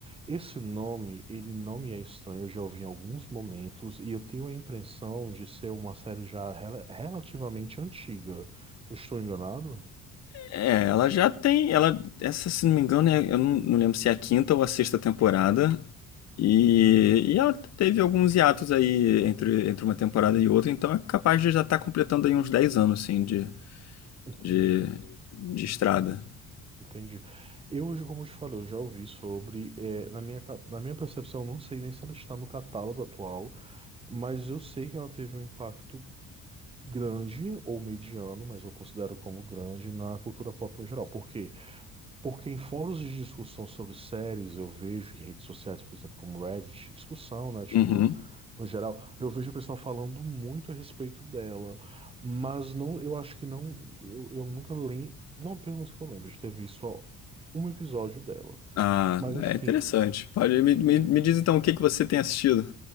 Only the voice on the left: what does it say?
É, ela já tem. Ela, essa, se não me engano, é- eu não, não lembro se é a quinta ou a sexta temporada. E, e ela teve alguns hiatos aí entre, entre
uma temporada e outra, então é capaz de já estar completando aí uns 10 anos, assim, de,
de, de estrada.
Uhum.
Ah,
é interessante. Pode, me, me, me diz então o que que você tem assistido.